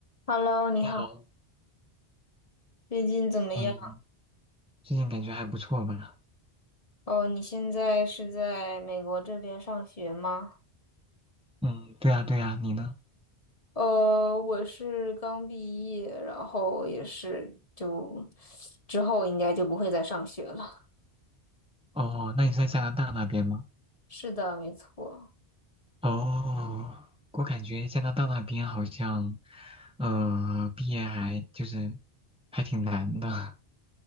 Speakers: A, on the left; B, in the centre.
A: Hello，你好，
B: 你好，
A: 最近怎么样？
B: 嗯，最近感觉还不错吧？
A: 哦，你现在是在美国这边上学吗？
B: 嗯，对呀，对呀，你呢？
A: 呃，我是刚毕业，然后也是就之后应该就不会再上学了。
B: 哦，那你是在加拿大那边吗？
A: 是的，没错。
B: 哦，我感觉加拿大那边好像，呃，毕业还就是还挺难的。